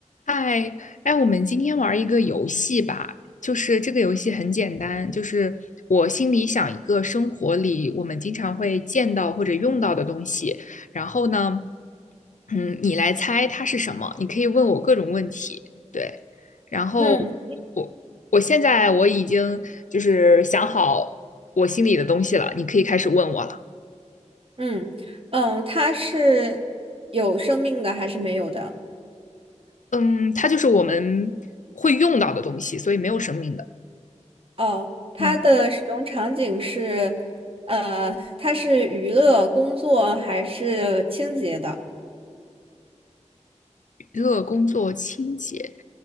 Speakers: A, on the left; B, on the right.
A: 嗨，哎，我们今天玩一个游戏吧，就是这个游戏很简单，就是我心里想一个生活里我们经常会见到或者用到的东西，然后呢，嗯，你来猜它是什么，你可以问我各种问题，对，然后
B: 嗯
A: 我我现在我已经就是想好我心里的东西了，你可以开始问我了，
B: 嗯嗯，它是有生命的还是没有的？
A: 嗯，它就是我们会用到的东西，所以没有生命的，
B: 哦，它的使用场景是，
A: 嗯。
B: 呃，它是娱乐、工作还是清洁的？
A: 热工作清洁，